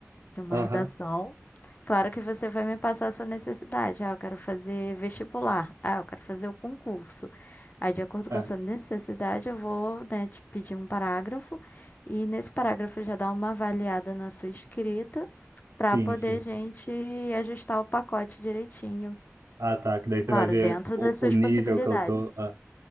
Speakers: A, on the left (about 35°); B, on the right (about 75°).
A: de uma
B: Aham.
A: redação. Claro que você vai me passar a sua necessidade. Ah, eu quero fazer vestibular. Ah, eu quero fazer o concurso. Aí, de acordo
B: É.
A: com a sua necessidade, eu vou, né, te pedir um parágrafo. E nesse parágrafo já dá uma avaliada na sua escrita para
B: Sim,
A: poder
B: sim.
A: a gente ajustar o pacote direitinho.
B: Ah, tá. Que daí você
A: Claro,
B: vai ver
A: dentro
B: o,
A: das
B: o
A: suas
B: nível
A: possibilidades.
B: que eu tô. Ah,